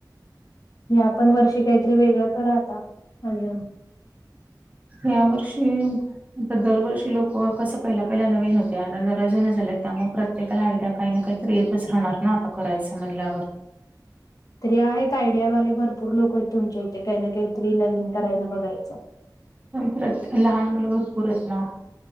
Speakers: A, on the left (about 55°); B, on the right (about 20°).
A: ह्या पण वर्षी काहीतरी वेगळं करा आता अजुन
B: या वर्षी ता दरवर्षी लोक कसं पहिला पहिला नवीन होते आता जरा जुने झाले त्यामुळे प्रत तेकाला आयडिया काही ना काहीतरी येतच राहणार ना आता करायचं म्हणल्यावर.
A: तरी आहेत आयडियावाले भरपूर लोक आहेत तुमच्या इथे काही ना काहीतरी नविन करायला बघायचं.
B: आणि प्रत लहान मुलं भरपूर आहेत ना?